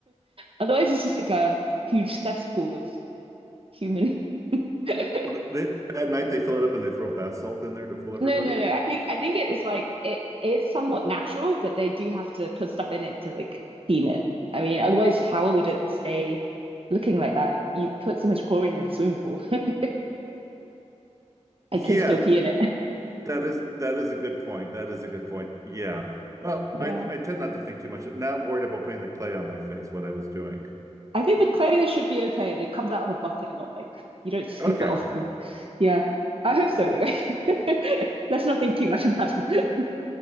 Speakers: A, on the right; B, on the right.
A: Otherwise it's just like a huge cesspool of human <laughs>
B: They, at night they fill it up and they throw bath salt in there to fool everybody.
A: No, no, no. I think I think it is like it is somewhat natural, but they do have to put stuff in it to like clean it. I mean, otherwise, how would it stay looking like that? You put so much chlorine in a swimming pool. <laughs> I
B: Yeah,
A: can still pee
B: th-
A: in it.
B: that is that is a good point. That is a good point. Yeah. Well,
A: Yeah.
B: I I tend not to think too much. Now I'm worried about putting the clay on my face, what I was doing.
A: I think the clay should be okay. It comes out of a bucket, not like you don't scoop
B: Okay.
A: it off the. Yeah. I hope so anyway. <laughs> Let's not think too much about that.